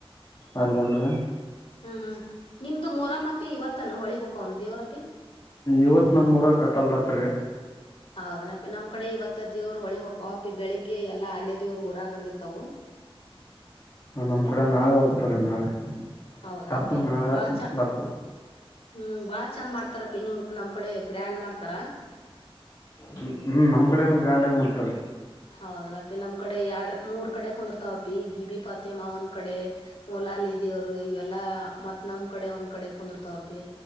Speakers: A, on the left; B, on the left.
A: ಅಲ್ಲಿ ಅಲ್ಲರಿ
B: ಹ್ಮ್ ಹ್ಮ್ ನಿಮ್ದು ಮೋರಮ್ಮಪ್ಪಿ ಇವತ್ತನು ಹೊಳಿ ಹೋಕವನ್ ದೇವ್ರಪ್ಪಿ
A: ಇವತ್ತು ನಮ್ಮೂರ ಕಥಲ್ ರಾತ್ರಿ
B: ಹೌದನಪ್ಪಿ ನಮ್ ಕಡೆ ಇವತ್ತ ದೇವ್ರ ಹೊಳಿ ಹೋಗವಪ ಬೆಳಿಗ್ಗೆ ಎಲ್ಲಾ ಅಲ್ಲೇ ದೇವ್ರರು ಊರಾಗ ಬಂದಿರ್ತವು
A: ನಮ್ ಕೂಡೆ ನಾಳೆ ಹೋಗ್ತಾರ್ರೀ ನಾಳೆ
B: ಹೌದನಪ್ಪಿ
A: ದಪ್ಪನ ನಾಳೆ
B: ಬಾಳ ಚ
A: ದಪ್ಪು
B: ಹ್ಮ್ ಬಾಳ ಚಂದ ಮಾಡ್ತಾರ ಪಿ ನಿಮ ನಮ್ ಕಡೆ ಗ್ರ್ಯಾಂಡ್ ಮಾಡ್ತಾರ
A: ಹ್ಮ್ ಹ್ಮ್ ನಮ್ ಕಡೆನ ಗ್ರ್ಯಾಂಡ ಆಗಿ ಮಾಡ್ತಾರ
B: ಹೌದನಪಿ ನಮ್ ಕಡೆ ಎರಡ್ ಮೂರ್ ಕಡೆ ಕುಂದರ್ತಾವಪಿ ಬಿ ಬಿ ಪಾತಿಮ್ಮ ಒಂದ್ ಕಡೆ ಮೊಲಾಲಿ ಇದೀವರು ಇವೆಲ್ಲಾ ಮತ್ ನಮ್ ಕಡೆ ಒಂದ್ ಕಡೆ ಕುಂದರ್ತಾವಪಿ